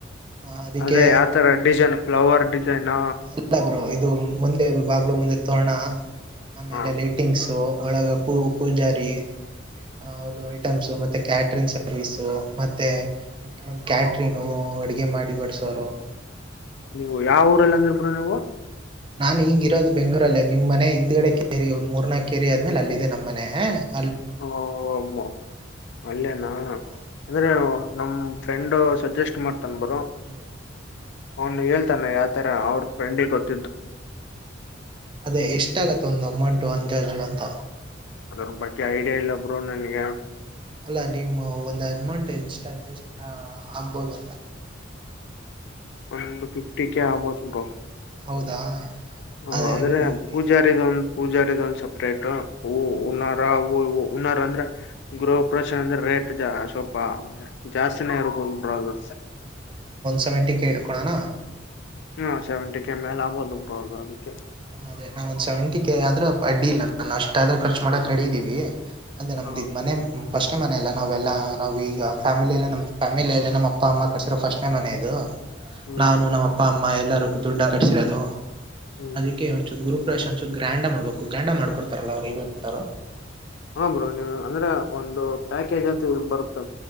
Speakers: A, on the right (about 25°); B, on the left (about 65°).
A: ಆ ಅದಿಕ್ಕೆ
B: ಅದೇ ಯಾತರ ಡಿಸೈನ್ ಫ್ಲವರ್ ಡಿಸೈನಾ
A: ಇಲ್ಲ ಬ್ರೋ ಇದು ಮುಂದೆ ವಿಭಾಗಲು ಮುಂದೆ ತೋಣ ಆಮೇಲೆ
B: ಹ
A: ಲೈಟಿಂಗ್ಸು ಒಳಗ ಪೂ ಪೂಜಾರಿ ಅವ್ರ ಐಟಮ್ಸ್ ಮತ್ತೆ ಕ್ಯಾಟ್ರಂಗ್ ರೈಸ್ ಮತ್ತೆ ಕ್ಯಾಟ್ರನ ಅಡಿಗೆ ಮಾಡಿ ಬಡಸೋರು.
B: ನೀವು ಯಾವ ಊರಲ್ಲಿ ಅಂದ್ರಿ ಬ್ರೋ ನೀವು
A: ನಾನ್ ಈಗ ಇರೋದ್ ಬೆಂಗ್ಳೂರಲ್ಲೇ ನಮ ಮನೆ ಹಿಂದ್ಗಡೆ ಕೇರಿ ಒಂದ್ ಮೂರನಾಕ ಕೇರಿ ಆದ್ಮೇಲೆ ಅಲ್ಲಿದೆ ನಮ್ಮನೆ ಮ್ಯ
B: ಹಮ್ಮ ಅಲ್ಲೇನಾ
A: ಹಾ
B: ಅಂದ್ರ ನಮ್ಮ ಫ್ರೆಂಡ್ ಸಜೆಸ್ಟ್ ಮಾಡ್ತಾನ ಬ್ರೋ.
A: ಹ್ಮ.
B: ಅವ್ನ ಹೇಳ್ತಾನೇ ಯಾತರ ಅವ್ರ ಫ್ರೆಂಡಿಗ ಗೊತ್
A: ಅದೇ ಎಷ್ಟ ಆಗತ್ತ ಒಂದು ಅಮೌಂಟು ಅಂಜಾಜು ಅಂತ
B: ಅದ್ರ ಬಗ್ಗೆ ಐಡಿಯಾ ಇಲ್ಲ ಬ್ರೋ ನನ್ಗೆ
A: ಅಲ್ಲ ನೀಮ್ಮ ಒಂದ್ ಅಮೌಂಟ್ ಎಷ್ಟ ಅಡ್ಜಸ್ಟ್ ಆ ಆಗ್ಬೋದು ಅಂತ
B: ಒಂದು ಫಿಫ್ಟಿ ಕೆ ಆಗಬೋದು ಬ್ರೋ.
A: ಹೌದಾ.
B: ಹ
A: ಅದೇ
B: ಅಂದ್ರೆ
A: ಹ್ಮ್
B: ಪೂಜಾರ ಇದ ಒಂದ್ ಪೂಜಾರಿದ ಒಂದ್ ಸಪ್ರೇಟ್ ಹೂ ಹುನಾರ ಹ ಹುನಾರ ಅಂದ್ರೆ. ಗೃಹ ಪ್ರಸನ್ನ <unintelligible> ಜಾಸ್ತಿನೇ ಇರ್ಬೋದ ಬ್ರೋ ಅದು.
A: ಸವೆಂಟ ಕ ಇಟ್ಕೋಳೋಣ.
B: ಹಾ ಸೆವೆಂಟಿ ಕೆ ಮೇಲ ಆಗ್ಬೋದು ಬ್ರೋ ಅದು ಅದಕ್ಕೆ
A: ಅದೇ ನಾವ ಒಂದ್ ಸೆವೆಂಟಿ ಕೆ ಆದ್ರ ಅಡ್ಡಿ ಇಲ್ಲ ನಾನ್ ಅಷ್ಟಾದ್ರ ಖರ್ಚ ಮಾಡಕ್ ರೆಡಿ ಇದೀವಿ. ಅದೇ ನಮ್ದಿದ
B: ಹ
A: ಮನೆ ಫಸ್ಟ್. ಮನೇಲ ನಾವೆಲ್ಲ ನಾವ ಈಗ ಫ್ಯಾಮಿಲಿ ಎಲ್ಲ ನಮ್ಮ ಫ್ಯಾಮಿಲಿ ಅಲೆ ನಮ್ಮ ಅಪ್ಪ ಅಮ್ಮ ಕಟ್ಟಸರೋ ಫಸ್ಟ್ನೇ ಮನೆ ಇದು.
B: ಹ್ಮ್
A: ನಾನು ನಮ್ಮ ಅಪ್ಪ ಅಮ್ಮ ಎಲ್ಲರು ದುಡ್ಡ ಕಟ್ಟಿಸಿರೋದು.
B: ಹ್ಮ್
A: ಅದಕ್ಕೆ ಒಂಚು ಗುರುಪ್ರವೇಶ ಒಂಚು ಗ್ರ್ಯಾಂಡ ಆಗಿ ಮಾಡ್ಬೇಕು ಗ್ರಾಂಡ ಮಾಡ್ಕೊಡ್ತಾರಲ್ಲ ಅವರ ಇವೆಂಟ್ ಅವರು
B: ಹಾ ಬ್ರೋ ನೀವ ಅಂದ್ರ ಒಂದು ಪ್ಯಾಕೇಜ್ ಅಂತ ಬರು ತ